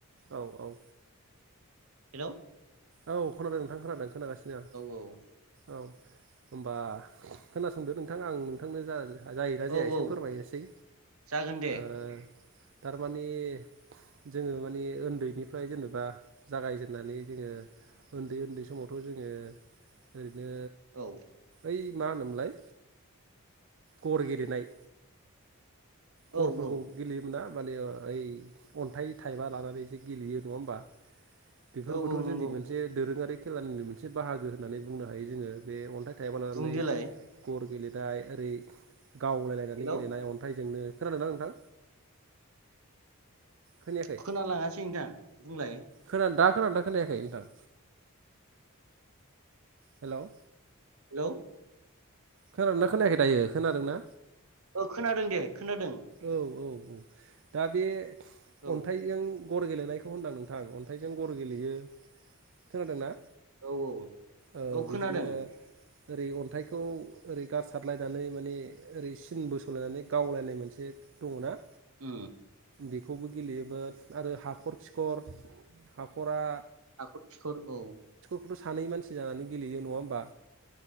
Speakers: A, on the right; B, on the right.
A: औ औ
B: हेल'
A: औ खोनादों नोंथां खोनादों। खोनागासिनो आं
B: औ
A: औ होमबा खोनासंदो नोंथां आं नोंथांनो जा जायोना जाया
B: औ
A: एसे
B: औ
A: फोरमायनोसै
B: जागोन दे
A: ओ थारमाने जोङो माने उन्दैनिफ्राय जेनेबा जागायजेननानै जोङो उन्दै उन्दै समावथ' जोङो ओरैनो
B: औ
A: बै मा होनोमोनलाय गर गेलेनाय
B: औ
A: गरफोरखौ
B: औ
A: गेलेयोब्ला माने ओइ अन्थाइ थाइबा लानानै जे गेलेयो नङा होमबा? बेफोरबोथ'
B: औ औ नंगौ
A: जोंनि मोनसे दोरोङारि खेलानिनो मोनसे बाहागो होननानै बुंनो हायो जोङो बे अन्थाइ थाइबा लानानै
B: बुं देलाय
A: गर गेले दा ओरै गावलायलायनानै
B: हेलौ
A: गेलेनाय अन्थाइजोंनो खोनादोंना नोंथां खोनायाखै
B: खोनालाङासै नोंथां बुंलाय
A: खोना दा खोनादोंना खोनायाखै नोंथां?? हेल'
B: हेल'
A: खोनादोंना खोनायाखै दायो खोनादों ना
B: ओ खोनादों दे खोनादों
A: औ औ दा बे
B: औ
A: अन्थाइजों गर गेलेनायखौ होनदां नोंथां अन्थाइजों गर गेलेयो खोनादोंना?
B: औ औ
A: ओ
B: औ
A: बिदिनो
B: खोनादों।
A: ओरै अन्थाइखौ ओरै गारसारलायनानै माने ओरै सिन बोसलायनानै गावलायनाय मोनसे एसे दंना?
B: ओ।
A: बेखौबो गेलेयोमोन आरो हाखर खिखर हाखरा
B: हाखर-खिखर औ।
A: थ' सानै मानसि जानानै गेलेयो नङा होमबा?